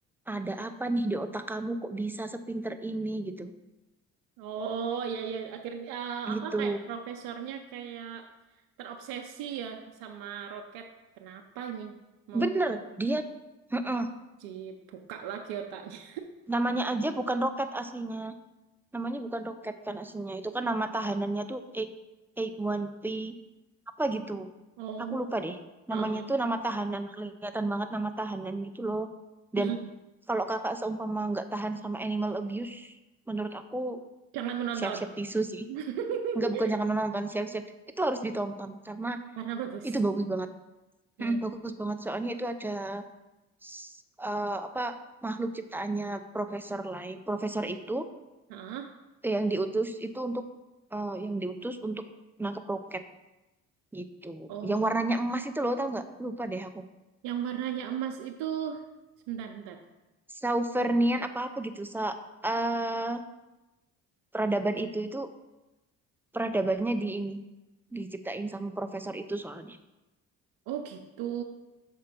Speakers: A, in the centre; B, on the right.
A: ada apa nih di otak kamu kok bisa sepinter ini gitu.
B: Oh iya iya akhirnya eh,
A: Gitu.
B: apa kayak profesornya kayak terobsesi ya sama roket. Kenapa ini mau
A: Bener,
B: di-
A: dia heeh,
B: dibuka lagi otaknya?
A: namanya aja bukan Roket aslinya. Namanya bukan roket kan aslinya. Itu kan nama tahanannya tuh A-1P apa gitu.
B: Oh,
A: Aku lupa deh.
B: heeh.
A: Namanya tuh nama tahanan. Kelihatan banget nama tahanan gitu loh.
B: mm
A: Dan kalau kakak seumpama nggak tahan sama animal abuse, menurut aku
B: Jangan menonton
A: siap-siap tisu sih.
B: <laughs>
A: Nggak bukan jangan menonton, siap-siap. Itu harus ditonton. Karena
B: karena bagus.
A: itu bagus banget.
B: Iya.
A: Hmm, bagus
B: sih.
A: banget. Soalnya itu ada s- eh, apa makhluk ciptaannya Profesor lain. Profesor itu
B: Heeh.
A: eh, yang diutus itu untuk eh, yang diutus untuk nangkep roket gitu.
B: Oh,
A: Yang warnanya emas itu loh, tau nggak? Lupa deh aku.
B: yang warnanya emas itu sebentar-bentar.
A: Sauvernian apa-apa gitu. Sa eh, peradaban itu itu peradabannya di ini diciptain sama profesor itu soalnya.
B: Oh gitu.